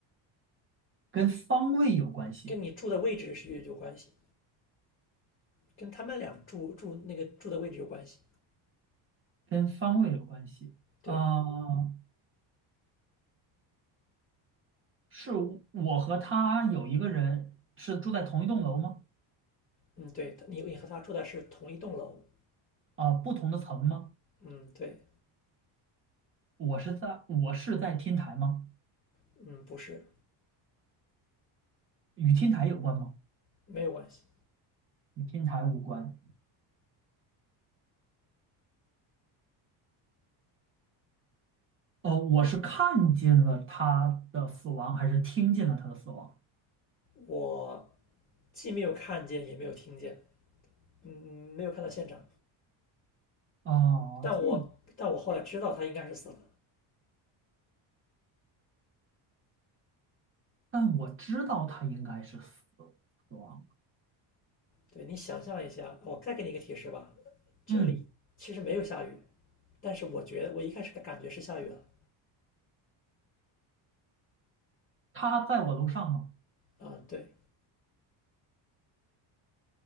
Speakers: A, on the right; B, on the left.
A: 跟方位有关系，
B: 跟你住的位置是有有关系，跟他们俩住住那个住的位置有关系。
A: 跟方位有关系。
B: 对，
A: 呃，是我和他有一个人是住在同一栋楼吗？
B: 嗯，对，你你和他住的是同一栋楼。
A: 啊、不同的层吗？
B: 嗯，对，
A: 我是在我是在天台吗？
B: 嗯，不是，
A: 与天台有关吗？
B: 没有关系。
A: 与天台无关。哦，我是看见了他的死亡，还是听见了他的死亡？
B: 我既没有看见，也没有听见，嗯，嗯没有看到现场。
A: 哦，
B: 但我但我后来知道他应该是死了。
A: 进，但我知道他应该是死死亡了
B: 对你想象一下，我再给你一个提示吧，这里其实没有下雨，
A: 嗯，
B: 但是我觉得我一开始的感觉是下雨了。
A: 他在我楼上吗？
B: 啊、对，